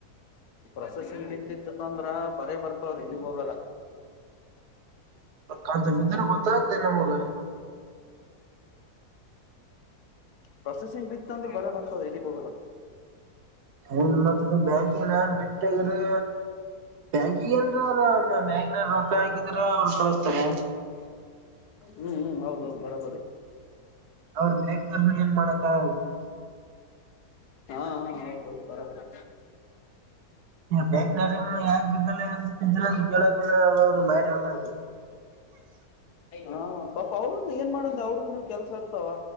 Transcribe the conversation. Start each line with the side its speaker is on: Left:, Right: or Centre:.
Left: ಪ್ರೊಸೆಸಿಂಗ್ ಬಿತ್ತಿತ್ತತ್ತಂದ್ರ ಬರೇ ಬರ್ತಾವ್ರಿ ಎಲ್ಲಿಗ್ ಹೋಗಲ್ಲ
Right: ಕಾಂತ <unintelligible> ಗತ್ದನೆ ಮಗ
Left: ಪ್ರೊಸೆಸಿಂಗ್ ಬಿತ್ತ ಅಂದ್ರೆ ಬರ ಬರ್ತದ ಎಲ್ಲಿಗ್ ಹೋಗಲ್ಲ
Right: ನಿನ್ ಮತ್ ಬ್ಯಾಂಕ ನನ್ ಬಿಟ್ಟಗ್ರೆ ಬ್ಯಾಗಿ ಅಲ್ರ ಅವ್ರ ಮ್ಯಾಗನ ರೊಕ್ಕ ಆಗಿದ್ರ ಅವರು ಕಳತಾರೆ
Left: ಹ್ಮ್ ಹೌದೌದು ಬರೋಬರಿ
Right: ಅವರು ಬೇಕಂದರು ಏನ್ ಮಾಡತ್ತ <unintelligible>
Left: ಹಾ ಹ ಹೌದು ಹೌದು ಬರಬ
Right: ಬಂಗ್ಗಳೂರು ಯಾ ಬಿದ್ದಲ್ಲಿದ್ದಲ್ಲ ಕೇಳ ಮಾರಿ ಅಲ್ಲ ಅ
Left: ಹಾ ಪಾಪ ಅವ್ರನ್ ಏನ್ ಮಾಡಂದ ಅವ್ರನು ಕೆಲ್ಸ ಇರ್ತಾವ